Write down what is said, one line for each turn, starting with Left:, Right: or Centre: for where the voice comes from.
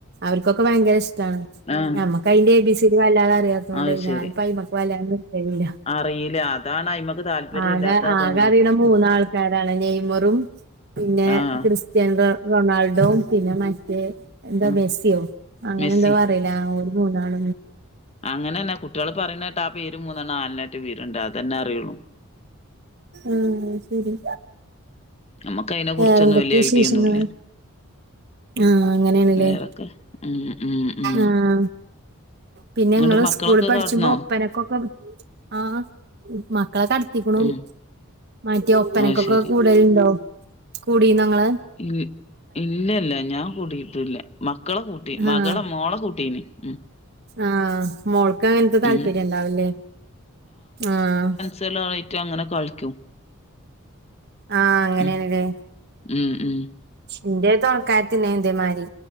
Right: അവർക്കൊക്കെ ഭയങ്കര ഇഷ്ടമാണ്
Left: ആഹ്
Right: ഞമ്മക്ക് അതിന്റെ എ ബി സി ഡി വല്ലാതെ അറിയാെ തോണ്ട്
Left: അത് ശരി
Right: ഞൻപ്പ അയിമക്ക് വല്ല ല്ല
Left: അറിയില്ല അതാണ് അയിമക്ക് താല്പര്യം
Right: ആക
Left: ഇല്ലാത്ത
Right: ആക
Left: അതുകൊണ്ടാ
Right: അറിണ മൂന്നാൾ
Left: ഉം
Right: രാണ് നെയ്മറും പിന്നെ
Left: ആഹ്
Right: ക്രിസ്ത്യാന റൊണാൾഡോ പിന്നെ മറ്റേ എന്താ
Left: ഉം
Right: മെസ്സിയോ അങ്ങനെ
Left: മെസ്സി
Right: എന്താ പറയില ഒരു മൂന്നാള
Left: അങ്ങനെ തന്നെ കുട്ടികള് പറയുന്നായിട്ട് ആ പേര് മൂന്നെണ്ണ നല്ലൊന്നട്ടെ ബിറണ്ട് അത്തന്നെ അറുള്ളൂ
Right: ഉം ശരി
Left: നമ്മുക്ക് അതിനെ കുറിച്ചൊന്നും
Right: വേറെ എന്തൊക്ക
Left: വലിയ
Right: വിശേഷങ്ങൾ
Left: ഐഡിയ ഒന്നുല്ല
Right: ആഹ് അങ്ങനെയാണല്ലേ
Left: വേറൊക്കെ ഉം ഉം ഉം
Right: ആഹ് പിന്നെ
Left: എന്നിട്ട്
Right: ങ്ങൾ
Left: മക്കളൊക്കെ
Right: സ്കൂള പഠിച്ചുമ്പോ
Left: കാട്ടുന്നോ
Right: ഒപ്പന ക്കെ ആഹ് മക്കളെ കാ എത്തിക്കണും
Left: ഉം
Right: മാറ്റെ ഒപ്പനക്കൊക്കെ
Left: അത് ശരി
Right: കൂടുലുണ്ടോ കൂടിനോ ങ്ങൾ
Left: ഇ ഇല്ലല്ല ഞാൻ കൂട്ടിയിട്ടില്ല മക്കളെ കൂട്ടി
Right: ആഹ്
Left: മകളെ മോളെ കൂട്ടീന് ഉം
Right: ആഹ് മോൾക്ക് അങ്ങനത്തെ താല്പര്യം
Left: ഉം
Right: ഇണ്ടാവുല്ലേ ആഹ്
Left: സ്സലായിട്ട് അങ്ങനെ കളിക്കും.
Right: ആഹ് അങ്ങനാണ്ല്ലേ
Left: ഉം ഉം ഉം
Right: ഇന്റെ ഒര് തൊണക്കാരത്തിണ്ടായിന്നു ഇതേമാരി